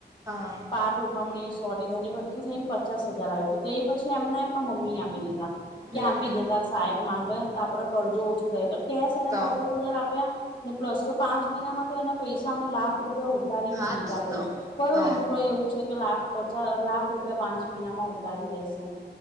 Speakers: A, on the right; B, on the left.
A: હા
B: પાટ સોરી ધોની બધું થઈને પચાસ હજાર આવ્યું હતું તો એ પછી એમને એમમાં મમ્મી આપી દીધા
A: હમ
B: ક્યાં આપી
A: હમ
B: દેતા સાહેબ માંગેને તો આપડે કરજો ઓછો થાય તો કેશ એને
A: તો
B: પચાસ હજાર આપ્યા અને પ્લસ તો પાંચ મહિનામાં તો એના પૈસા અમે લાખ રૂપ ઉતારી બી
A: હા
B: દીધા બોલ
A: તો
B: કયું
A: તો
B: એમ્પ્લોય એવું છે કે લાખ પચાસ લાખ રૂપિયા પાંચ મહિનામાં ઉતારી દેશે